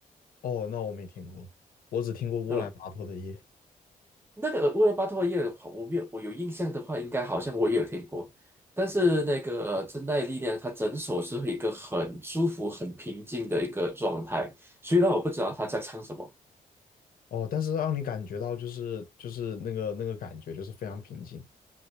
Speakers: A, on the left (about 80°); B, on the right (about 15°).
A: 哦，那我没听过，我只听过《乌兰巴托的夜》。
B: 呃，那个乌兰巴托耶，我没有，我有印象的话，应该好像我也有听过。但是那个呃《真爱的力量》，它整首是一个很舒服、很平静的一个状态。虽然我不知道他在唱什么。
A: 哦，但是让你感觉到就是就是那个那个感觉就是非常平静。